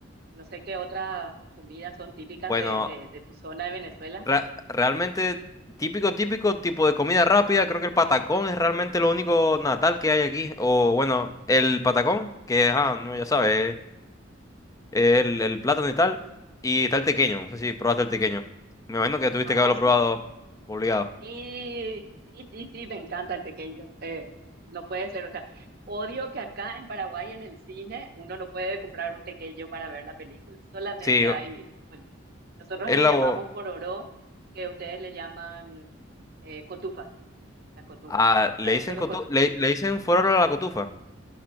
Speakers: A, on the right (about 50°); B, on the left (about 15°).
A: no sé qué otras comidas son típicas
B: bueno,
A: de, de, de tu zona de Venezuela.
B: Ra- realmente típico, típico tipo de comida rápida. Creo que el patacón es realmente lo único natal que hay aquí. O bueno, el patacón, que ajá, no, ya sabes, eh, el, el plátano y tal. Y está el tequeño. No sé si probaste el tequeño. Me imagino que tuviste
A: Ah,
B: que haberlo
A: sí.
B: probado obligado.
A: Sí, sí, sí, sí, me encanta el tequeño. eh, no puede ser, o sea, odio que acá en Paraguay en el cine uno no puede comprar un tequeño para ver la película. Solamente
B: Sí,
A: hay, bueno, nosotros
B: es
A: le
B: la...
A: llamamos
B: bo-
A: pororó, que ustedes le llaman eh, cotufas, las cotufas.
B: ah,
A: Acá
B: le
A: hay
B: dicen
A: solo
B: cotu-
A: cotufas.
B: le, le dicen fuera de la cotufa.